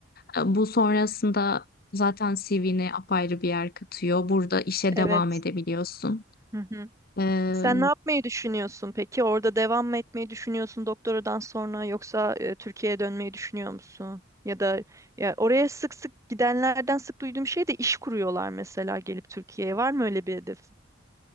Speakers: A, on the left; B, on the right.
A: E, bu sonrasında zaten CV'ne apayrı bir yer katıyor. Burada işe
B: Evet.
A: devam edebiliyorsun.
B: Hı hı.
A: Ee,
B: Sen ne yapmayı düşünüyorsun peki? Orada devam mı etmeyi düşünüyorsun doktoradan sonra yoksa e, Türkiye'ye dönmeyi düşünüyor musun? Ya da ya oraya sık sık gidenlerden sık duyduğum şey de iş kuruyorlar mesela gelip Türkiye'ye. Var mı öyle bir hedef?